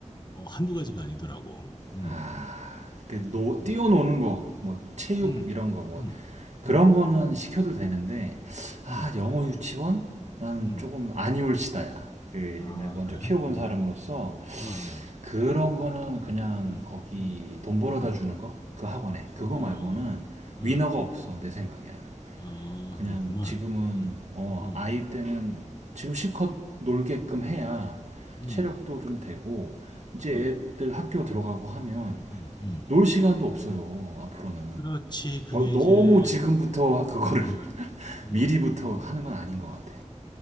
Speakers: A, on the left; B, on the right.
A: 어, 한두 가지가 아니더라고. 음,
B: 아, 그 노,
A: 음,
B: 뛰어노는 거, 뭐 체육
A: 음,
B: 이런 거, 뭐
A: 음,
B: 그런
A: 음,
B: 거는 시켜도 되는데
A: 음,
B: 아 영어 유치원 난
A: 음.
B: 조금 아니올시다야. 그
A: 아,
B: 내가 먼저
A: 그래?
B: 키워본
A: 음,
B: 사람으로서
A: 어,
B: 그런 거는 그냥
A: 음,
B: 거기
A: 음,
B: 돈 벌어다
A: 음,
B: 주는 거 그 학원에 그거
A: 어,
B: 말고는
A: 응,
B: 위너가 없어 내 생각에는
A: 아,
B: 그냥
A: 그렇구만.
B: 지금은
A: 응,
B: 어
A: 응,
B: 아이 때는 지금 실컷 놀게끔
A: 응,
B: 해야
A: 응,
B: 체력도 좀 되고 이제
A: 어,
B: 애들 학교 들어가고 하면
A: 응, 응, 응.
B: 놀 시간도 없어요. 앞으로는
A: 그렇지. 그게
B: 너무
A: 이제,
B: 지금부터 그거를
A: 음
B: <laughs>
A: 음
B: 미리부터 하는 건 아닌 것 같아.